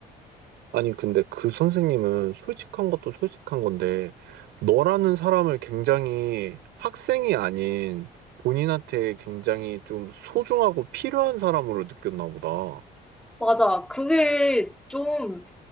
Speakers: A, on the right; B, in the centre.
A: 아니, 근데 그 선생님은 솔직한 것도 솔직한 건데, 너라는 사람을 굉장히 학생이 아닌 본인한테 굉장히 좀 소중하고 필요한 사람으로 느꼈나 보다.
B: 맞아. 그게 좀